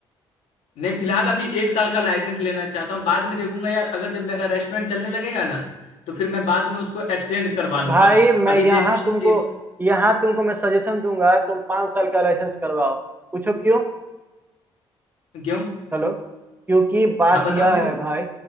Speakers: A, on the left; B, on the right.
A: नहीं फिलहाल अभी एक साल का लाइसेंस लेना चाहता हूँ बाद में देखूंगा यार अगर जब मेरा रेस्टोरेंट चलने लगेगा ना तो फिर मैं बाद में उसको एक्सटेंड करवा लूंगा
B: भाई मैं
A: अभी
B: यहाँ
A: देखता
B: तुमको
A: हूँ एक
B: यहाँ तुमको मैं सजेशन दूंगा तुम पाँच साल का लाइसेंस करवाओ पूछो क्यों
A: क्यों
B: हेलो क्योंकि बात
A: हाँ बताओ
B: यह
A: क्यों
B: है भाई